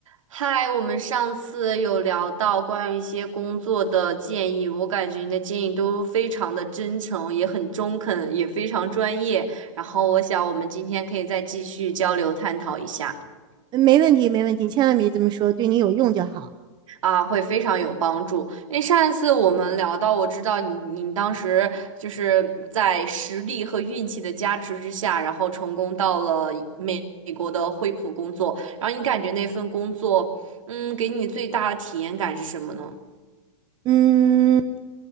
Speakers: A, on the right; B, on the right.
A: 嗨，我们上次有聊到关于一些工作的建议，我感觉你的建议都非常的真诚，也很中肯，也非常专业。然后我想我们今天可以再继续交流探讨一下，
B: 没问题，没问题，千万别这么说，对你有用就好。
A: 啊，会非常有帮助。因为上一次我们聊到，我知道你你当时就是在实力和运气的加持之下，然后成功到了美美国的惠普工作，然后你感觉那份工作，嗯，给你最大的体验感是什么呢？
B: 嗯，